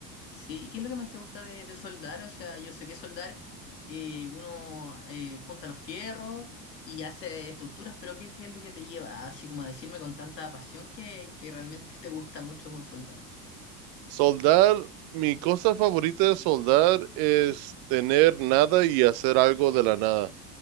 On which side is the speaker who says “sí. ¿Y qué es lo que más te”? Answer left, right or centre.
Left